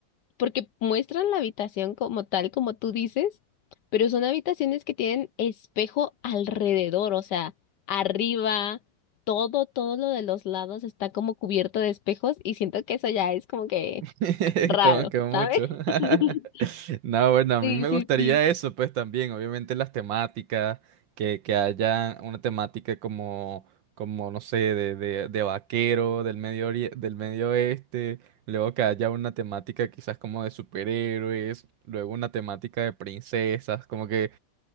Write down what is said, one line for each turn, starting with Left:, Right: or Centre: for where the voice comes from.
Left: porque muestran la habitación como tal, como tú dices, pero son habitaciones que tienen espejo alrededor, o sea, arriba, todo, todo lo de los lados está como cubierto de espejos y siento que eso ya es como que
Right: <laughs>
Left: raro,
Right: Como que mucho.
Left: ¿sabes?
Right: <laughs>
Left: <laughs>
Right: No, bueno, a
Left: Sí,
Right: mí me
Left: sí,
Right: gustaría
Left: sí.
Right: eso, pues también, obviamente las temáticas, que, que haya una temática como, como no sé, de, de, de vaquero del Medio Ori- del Medio Oeste, luego que haya una temática quizás como de superhéroes, luego una temática de princesas, como que,